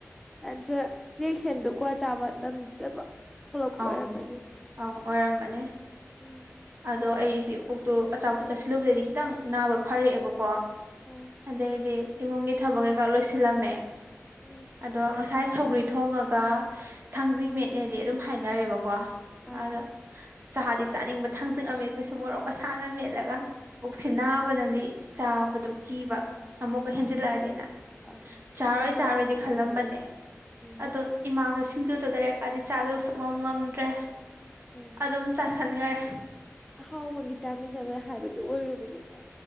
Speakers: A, in the centre; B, on the right (about 50°).
A: ꯑꯗꯨ ꯔꯤꯌꯦꯁꯟꯗꯨꯣꯀꯣ ꯆꯥꯕ ꯃꯇꯝꯗꯕ ꯐꯂꯛꯄꯔꯦ
B: ꯑꯪ
A: ꯃꯥꯅꯤ
B: ꯑꯪ ꯑꯣꯏꯔꯝꯃꯅꯤ
A: ꯎꯝ
B: ꯑꯗꯣ ꯑꯩꯁꯦ ꯄꯨꯛꯇꯣ ꯑꯆꯥꯄꯣꯠ ꯆꯠꯁꯤꯜꯂꯨꯕꯗꯗꯤ ꯈꯤꯇꯪ ꯅꯥꯕ ꯐꯔꯛꯑꯦꯕꯀꯣ
A: ꯍꯣꯏ
B: ꯑꯗꯩꯗꯤ ꯏꯃꯨꯡꯒꯤ ꯊꯕꯛ ꯀꯩꯀꯥ ꯂꯣꯏꯁꯤꯜꯂꯝꯃꯦ
A: ꯎꯝ
B: ꯑꯗꯣ ꯉꯁꯥꯏ ꯁꯧꯒ꯭ꯔꯤ ꯊꯣꯡꯉꯒ ꯊꯥꯡꯖꯤꯡ ꯃꯦꯠꯅꯦꯗꯤ ꯑꯗꯨꯝ ꯍꯥꯏꯅꯔꯦꯕꯀꯣ
A: ꯑꯥ
B: ꯑꯗꯣ ꯆꯍꯥꯗꯤ ꯆꯥꯅꯤꯡꯕ ꯊꯥꯡꯖꯤꯡ ꯑꯃ ꯃꯦꯠꯄꯁꯤꯦ ꯃꯣꯔꯣꯛꯀꯁꯥꯅ ꯃꯦꯠꯂꯒ ꯄꯨꯛꯁꯤ
A: ꯎꯝ
B: ꯅꯥꯕꯅꯗꯤ ꯆꯥꯕꯗꯣ ꯀꯤꯕ
A: ꯍꯣꯏ
B: ꯑꯃꯨꯛꯀ ꯍꯦꯟꯖꯤꯜꯂꯛꯑꯗꯤꯦꯅ
A: ꯑꯥ
B: ꯆꯥꯔꯣꯏ
A: ꯉꯥꯔ
B: ꯆꯥꯔꯣꯏꯗꯤ
A: ꯃꯍꯥꯎ
B: ꯈꯜꯂꯝꯕꯅꯦ
A: ꯑꯣꯏꯗꯣꯏꯅꯤ ꯎꯝ
B: ꯑꯗꯣ ꯏꯃꯥꯡꯗ ꯁꯤꯡꯖꯨꯗꯨ ꯂꯩꯔꯛꯀꯥꯟꯗꯤ ꯆꯥꯗꯕ ꯁꯨꯡꯉꯝ ꯉꯝꯗ꯭ꯔꯦ
A: ꯍꯏ
B: ꯑꯗꯨꯝ ꯆꯥꯁꯟꯈꯔꯦ
A: ꯑꯍꯥꯎꯕ ꯚꯇꯥꯃꯤꯟ ꯑꯃ ꯍꯥꯏꯕꯗꯨꯣ ꯑꯣꯏꯔꯨꯕꯅꯤꯅ